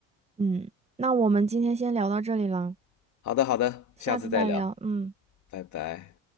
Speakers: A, on the right (about 15°); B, on the left (about 50°).
A: 嗯，那我们今天先聊到这里了。
B: <laughs> 好的，好的，
A: 下次再聊，
B: 下次再聊，
A: 嗯。
B: 拜拜。